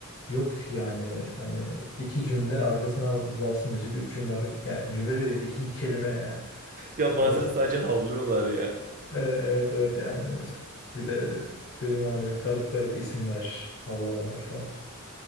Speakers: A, on the left; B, on the right.
A: yok yani hani iki cümle arkasına bastı müzik. Üç cümle ar- yani cümle değil iki kelime yani.
B: Ya bazen
A: Arkasına
B: sadece havlıyorlar ya.
A: E, evet evet yani bir de dedim hani garip garip isimler, havlamalar falan.